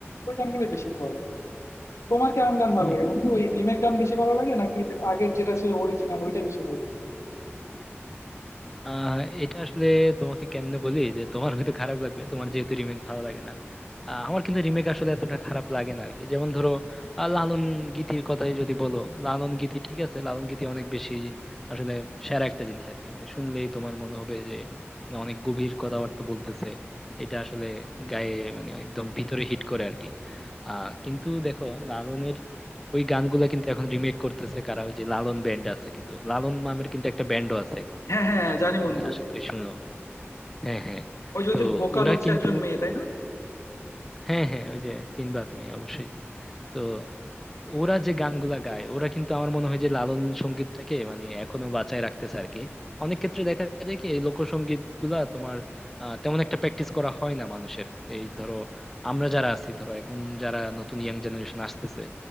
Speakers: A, on the left; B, in the centre.
A: ওই গানগুলো বেশি ভালো লাগে। তোমার কেমন গান ভালো
B: হুম
A: লাগে
B: হুম
A: বন্ধু ওই
B: এটা
A: রিমেক গান বেশি ভালো লাগে নাকি আগের যেটা ছিল অরিজিনাল ওইটা বেশি ভালো লাগে
B: আহ এটা আসলে তোমাকে কেমনে বলি যে তোমার হয়তো খারাপ লাগবে তোমার যেহেতু রিমেক ভালো লাগে না আহ, আমার কিন্তু রিমেক আসলে এতটা খারাপ লাগে না আরকি যেমন ধরো আহ, লালন গীতির কথাই যদি বলো লালন গীতি ঠিক আছে লালন গীতি অনেক বেশি আসলে সেরা একটা জিনিস আরকি মানে শুনলেই তোমার মনে হবে যে মানে অনেক গভীর কথাবার্তা বলতেছে এটা আসলে গায়ে মানে একদম ভিতরে হিট করে আরকি আহ কিন্তু দেখো লালনের ওই গানগুলা কিন্তু এখন রিমেক করতেছে কারা ওই যে লালন ব্যান্ড আছে কিন্তু লালন মামের কিন্তু একটা ব্যান্ডও আছে এখন
A: হ্যাঁ হ্যাঁ হ্যাঁ,
B: আজকাল
A: জানি বন্ধু
B: মানে আশা করি শুনো হ্যাঁ হ্যাঁ
A: ওই যে
B: তো
A: ওদের ভোকাল
B: ওরা
A: হচ্ছে
B: কিন্তু
A: একজন মেয়ে তাই না
B: হ্যাঁ হ্যাঁ ওই যে চিনবা তুমি অবশ্যই তো ওরা যে গানগুলা গায় ওরা কিন্তু আমার মনে হয় যে লালন সঙ্গীতটাকে মানে এখনো বাঁচায় রাখতেছে আর কি অনেক ক্ষেত্রে দেখা যায় কি এই লোকসঙ্গীত গুলা তোমার আহ, তেমন একটা প্র্যাকটিস করা হয় না মানুষের এই ধরো আমরা যারা আছি ধরো এখন যারা নতুন ইয়াং জেনারেশন আসতেছে